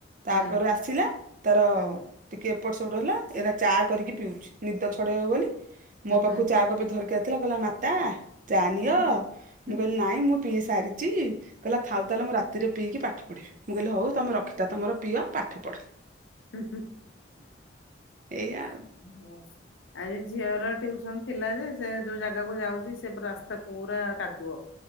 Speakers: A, on the right; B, on the left.
A: ତାପରେ
B: ହୁଁ
A: ଆସିଲା ତାର
B: ହୁଁ
A: ଟିକେ ଏପଟ ସପଟ ହେଲା ଏରା ଚା କରିକି ପିଉଚି ନିଦ ଛଡେଇବ ବୋଲି ମୋ ପାଖକୁ
B: ହୁଁ
A: ଚା କପେ ଧରିକି ଆଇଥିଲା କଇଲା ମାତା ଚା ନିଅ
B: ହୁଁ। ହୁଁ
A: ମୁଁ କହିଲି ନାଇଁ ମୁଁ ପିଇ ସାରିଚି କଲା ଥାଉ ତାଲେ ମୁଁ ରା ତିରେ ପିଇକି ପାଠ ପଢ଼ିବି ମୁଁ କହିଲି ହଉ ତମେ ରଖିତା ତମର ପିଅ ପାଠ ପଢ଼।
B: ହୁଁ
A: ଏଇଆ ଆଉ
B: ହୁଁ। ଆଜି ଝିଅର ଟିଉସନ ଥିଲା ଯେ ସେ ଯୋଉ ଜାଗାକୁ ଯାଉଛି ସେ ରାସ୍ତା ପୁରା କାଦୁଅ।